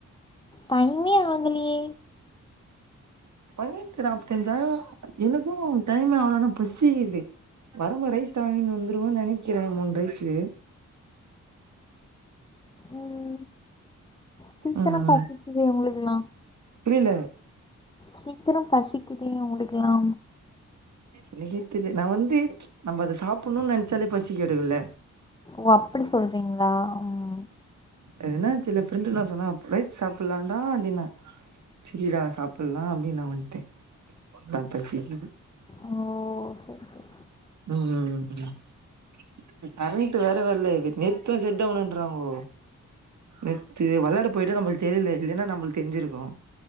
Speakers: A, on the left (about 15°); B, on the right (about 65°).
A: டைமே ஆகலயே
B: பன்னெட்டு நாப்பத்த அஞ்சு எனக்கும் டைம் அவ்வளானா பசிக்குது வரும் போது ரைஸ் வாங்கினு வந்துருவோ நெனைக்கிறே மூணு ரைஸு
A: ம் சீக்கிரம்
B: ம்
A: பசிக்குது உங்களுக்கெலா
B: புரியல
A: சீக்கிரம் பசிக்குதே இவுங்களுக்கெல்லா
B: எனக்கே தெரிய நா வந்து நம்ம அத சாப்புணுனு நினச்சாலே பசி எடுகுல
A: ஓ அப்டி சொல்றீங்களா ம்.
B: அது என்னான் தெரில ஃப்ரெண்டு என்னா சொன்னா ப்ரைஸ் சாப்பிலான்னா நீங்க செரிடா சாப்புல்லா அப்டின் நா வன்ட்டே ப்பதா பசிக்கிது
A: ஓ சரி சரி
B: ம் ம் ம் இந்த கரண்ட்டு வேற வர்லே நேத்து செட்டவுனுன்றாங்கோ நேத்து விளாயாட போயிட்டு நம்மளுக்கு தெரியல இல்லென்னா நம்மளுக்கு தெரிஞ்சிருக்கு